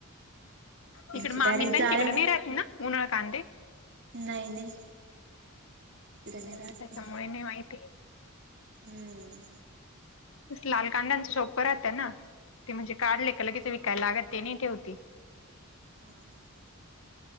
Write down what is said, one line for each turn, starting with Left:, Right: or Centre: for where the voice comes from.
Right: आमचे
Left: इकड मामिंदांची
Right: डायरेक्ट जाळे
Left: इकडे नाही राहत ना, उन्हाळ कांदे?
Right: नाही नाही इकड नाही राहते
Left: त्याच्यामुळे नाही माहिती
Right: हम्म.
Left: लाल कांद्यांच सोपं राहतं ना. ते म्हणजे काढले एकाला कि विकायला लागत ते नाही ठेवते.
Right: हम्म हम्म.